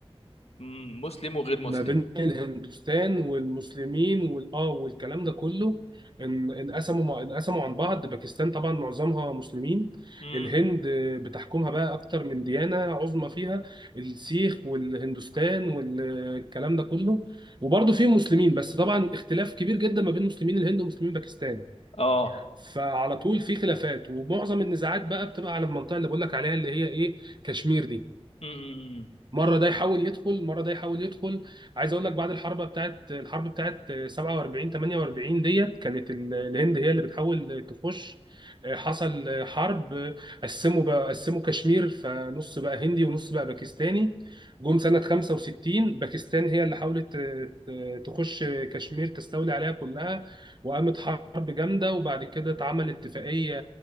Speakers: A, on the left; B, on the right.
A: مم، مسلم وغير مسلم
B: ما بين الهندوستان والمسلمين والاه والكلام ده كله ان انقسموا مع- انقسموا عن بعض باكستان طبعا معظمها مسلمين
A: امم
B: الهند بتحكمها بقى اكتر من ديانة عظمى فيها السيخ والهندوستان والكلام ده كله وبرضه فيهم مسلمين بس طبعا اختلاف كبير جدا ما بين مسلمين الهند ومسلمين باكستان
A: اه
B: فعلى طول في خلافات ومعظم النزاعات بقى بتبقى على المنطقة اللي بقول لك عليها اللي هي ايه كشمير دي
A: امم
B: مره ده يحاول يدخل مره ده يحاول يدخل عايز اقول لك بعد الحرب بتاعت الحرب بتاعت 47 48 ديت كانت ال- الهند هي اللي بتحاول تخش آه، حصل حرب قسموا بقى قسموا كشمير فنص بقى هندي ونص بقى باكستاني جم سنه 65 باكستان هي اللي حاولت ت- تخش كشمير تستولي عليها كلها وقامت حرب جامده وبعد كده اتعمل اتفاقيه